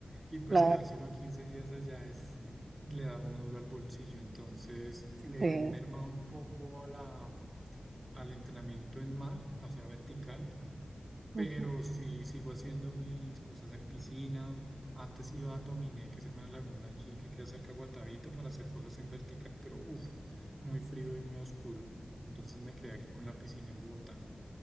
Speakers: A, on the right; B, on the right.
A: Y pues
B: Claro,
A: quedarse uno 15 días allá es, le da uno duro al bolsillo, entonces le
B: sí.
A: he mermado un poco a la, al entrenamiento en mar, o sea, vertical
B: Ujú.
A: pero sí sigo haciendo mis cosas en piscina. Antes iba a Tominé, que es una laguna allí que queda cerca de Guatavita, para hacer cosas en vertical, pero uff, muy frío y muy oscuro. Entonces me quedé aquí con la piscina en Bogotá.